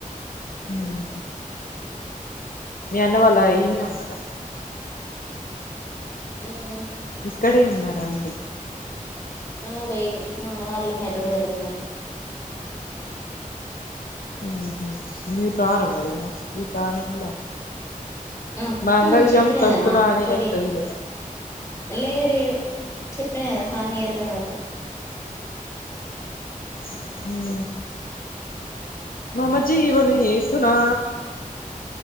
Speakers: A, on the left; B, on the left.
A: మ్ హ్ మీ అన్న వాల్ల ఈన్నే ఉన్నారా?
B: మ్
A: ఇక్కడే ఉన్నార అండి?
B: ఆ లేదు మా అన్న వాళ్లు హైదరాబాద్ లో ఉన్నారు.
A: ఓహొ మీరు రార మరిగ ఈ కాలంల
B: అత్తం
A: మాంగళ్యం
B: చెప్పిన
A: తంతునానే
B: కదా తొలి
A: అయితది ఇగ <inaudible>
B: లేదు లేదు చెప్పా కదా వన్ ఇయర్ తర్వాత
A: మ్ మమ జీవన ఏతునా